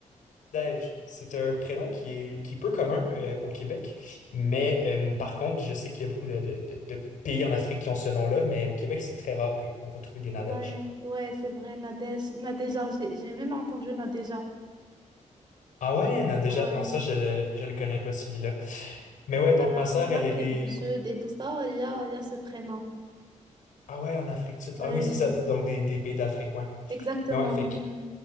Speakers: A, on the left (about 85°); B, on the right (about 35°).
A: Nadège, c'est un prénom qui est, qui est peu commun euh, au Québec, mais euh, par contre, je sais qu'il y a beaucoup de, de- de- de pays en Afrique qui ont ce nom-là, mais au Québec, c'est très rare qu'on va trouver des Nadèges.
B: Ouais, ouais, c'est vrai, Nadège. Nadéja, j'ai j'ai même entendu Nadéja.
A: Ah ouais, non, déjà,
B: Ouais.
A: non, ça, je le, je le connais pas, celui-là. Mais ouais, donc
B: Euh, en
A: ma sœur, elle,
B: Afrique
A: elle est...
B: du Sud et tout ça, il y a, il y a ce prénom.
A: Ah ouais, en Afrique du Sud.
B: Ouais,
A: Ah oui, c'est
B: j'ai-
A: ça, donc des, des pays d'Afrique, ouais.
B: exactement.
A: Mais ouais, fait que...
B: ouais.